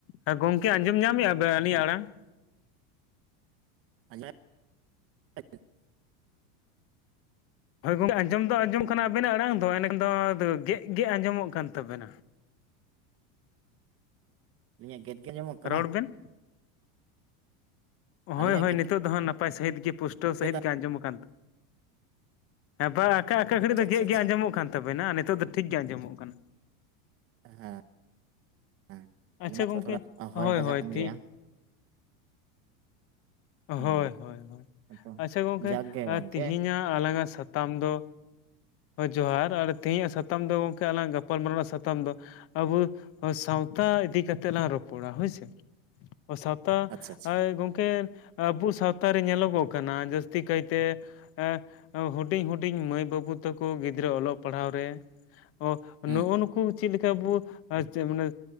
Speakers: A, on the left; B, on the right.
A: ᱦᱮᱸ ᱜᱚᱢᱠᱮ ᱟᱸᱡᱚᱢ ᱢᱮᱜᱟ ᱵᱮᱱ ᱟᱹᱞᱤᱧᱟᱜ ᱟᱲᱟᱝ?
B: ᱟᱸᱡᱚᱢ <inaudible>
A: ᱦᱳᱭ ᱜᱚᱢᱠᱮ ᱟᱸᱡᱚᱢ ᱫᱚ ᱟᱸᱡᱚᱢᱚᱜ ᱠᱟᱱᱟ ᱟᱵᱮᱱᱟᱜ ᱟᱲᱟᱝ ᱫᱚ ᱮᱱᱮᱠ ᱫᱚ <unintelligible> ᱜᱮᱜ ᱜᱮᱜ ᱟᱸᱡᱚᱢᱚᱜ ᱠᱟᱱ ᱛᱟᱵᱮᱱᱟ᱾
B: ᱤᱧᱟᱜ ᱜᱮᱫ ᱜᱮ ᱟᱸᱡᱚᱢᱚᱜ ᱠᱟᱱᱟ?
A: ᱨᱚᱲ ᱵᱮᱱ ᱦᱳᱭ
B: ᱟᱹᱞᱤᱧᱟᱜ
A: ᱦᱳᱭ
B: ᱜᱮᱫ
A: ᱱᱤᱛᱚᱜ ᱫᱚ ᱦᱟᱸᱜ ᱱᱟᱯᱟᱭ ᱥᱟᱹᱦᱤᱫ ᱜᱮ ᱯᱩᱥᱴᱟᱹᱣ ᱥᱟᱹᱦᱤᱫ
B: ᱜᱮᱫ
A: ᱜᱮ ᱟᱹᱡᱚᱢᱚᱜ ᱠᱟᱱ ᱦᱮᱸ ᱵᱟᱝ ᱟᱠᱟ ᱟᱠᱟ ᱜᱷᱟᱹᱲᱤᱡ
B: ᱟᱪᱪᱷᱟ
A: ᱫᱚ
B: ᱟᱪᱪᱷᱟ
A: ᱜᱮᱜ
B: ᱟᱪᱪᱷᱟ
A: ᱜᱮᱜ ᱟᱸᱡᱚᱢᱚᱜ ᱠᱟᱱ ᱛᱟᱵᱮᱱᱟ ᱟ ᱱᱤᱛᱚᱜ ᱫᱚ ᱴᱷᱤᱠ ᱜᱮ ᱟᱸᱡᱚᱢᱚᱜ ᱠᱟᱱᱟ᱾
B: ᱦᱮᱸ ᱦᱮᱸ <unintelligible>
A: ᱟᱪᱪᱷᱟ ᱜᱚᱝᱠᱮ
B: ᱦᱚᱭ
A: ᱦᱳᱭ
B: ᱵᱟᱡᱟᱜ
A: ᱦᱳᱭ
B: ᱠᱟᱱ
A: ᱴᱷᱤᱠ
B: ᱜᱮᱭᱟ᱾
A: ᱦᱳᱭ
B: ᱦᱩᱸ
A: ᱦᱳᱭ
B: ᱛᱚ
A: ᱟᱪᱪᱷᱟ ᱜᱚᱢᱠᱮ,
B: ᱡᱟᱠ ᱜᱮ ᱜᱚᱝᱠᱮ
A: ᱛᱤᱦᱤᱧᱟᱜ ᱟᱞᱟᱝᱟᱜ ᱥᱟᱛᱟᱢ ᱫᱚ ᱦᱳᱭ ᱡᱚᱦᱟᱨ ᱟᱨ ᱛᱮᱦᱤᱧᱟᱜ ᱥᱟᱛᱟᱢ ᱫᱚ ᱜᱚᱢᱠᱮ ᱟᱞᱟᱝ ᱜᱟᱯᱟᱞ ᱢᱟᱨᱟᱣ ᱥᱟᱛᱟᱢ ᱫᱚ ᱟᱵᱚ ᱥᱟᱶᱛᱟ ᱤᱫᱤ ᱠᱟᱛᱮᱜ ᱞᱟᱝ ᱨᱚᱯᱚᱲᱟ ᱦᱳᱭ ᱥᱮ᱾ ᱥᱟᱶᱛᱟ
B: ᱟᱪᱪᱷᱟ ᱟᱪᱪᱷᱟ
A: ᱦᱳᱭ ᱜᱚᱢᱠᱮ ᱟᱵᱚ ᱥᱟᱶᱛᱟ ᱨᱮ ᱧᱮᱞᱚ ᱜᱚᱜ ᱠᱟᱱᱟ ᱡᱟᱹᱥᱛᱤ ᱠᱟᱭᱛᱮ ᱦᱮᱸ ᱦᱩᱰᱤᱧ ᱦᱩᱰᱤᱧ ᱢᱟᱹᱭ ᱵᱟᱹᱵᱩ ᱛᱟᱠᱚ ᱜᱤᱫᱽᱨᱟᱹ ᱚᱞᱚᱜ ᱯᱟᱲᱦᱟᱣ ᱨᱮ ᱚ
B: ᱦᱩᱸ
A: ᱱᱩᱜᱩ ᱱᱩᱠᱩ ᱪᱤᱞᱤᱠᱟ ᱵᱩ ᱟᱨ ᱪᱮᱜ ᱢᱟᱱᱮ